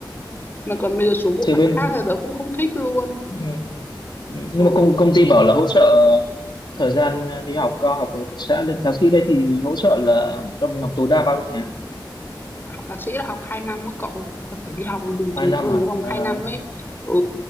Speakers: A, on the left (about 25°); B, on the left (about 65°).
A: mà còn bây giờ xuống bộ
B: Thì
A: phận
B: bên
A: khác
B: ừ.
A: thì tớ cũng không thích luôn
B: Ừ. Nhưng
A: ừ
B: mà công công ty bảo là hỗ trợ thời gian đi học cao học ở thực xã Thế thạc sĩ đây thì hỗ trợ là cho mình học tối đa bao nhiêu tháng
A: học thạc sĩ là học 2 năm á cậu là phải đi học đường
B: hai
A: từ
B: năm
A: trường
B: à,
A: trong vòng
B: à
A: 2 năm ấy ừ